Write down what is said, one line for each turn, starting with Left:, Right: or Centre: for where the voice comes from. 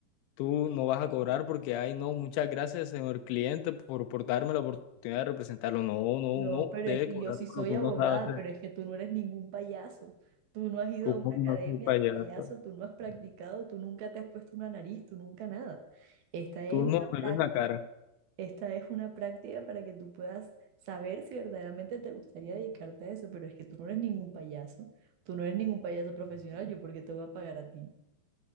Left: tú no vas a cobrar porque, ay, no, muchas gracias, señor cliente, por, por darme la oportunidad de representarlo. No, no,
Right: No,
Left: uno
Right: pero
Left: debe
Right: es que
Left: cobrar
Right: yo sí
Left: por
Right: soy
Left: lo que uno
Right: abogada,
Left: sabe hacer.
Right: pero es que tú no eres ningún payaso. Tú no has ido
Left: ¿Cómo
Right: a una
Left: que
Right: academia
Left: no soy payaso?
Right: de payaso, tú no has practicado, tú nunca te has puesto una nariz, tú nunca nada. Esta es
Left: Tú
Right: una
Left: no me
Right: práctica,
Left: ves la cara.
Right: esta es una práctica para que tú puedas saber si verdaderamente te gustaría dedicarte a eso, pero es que tú no eres ningún payaso, tú no eres ningún payaso profesional, yo porque te voy a pagar a ti.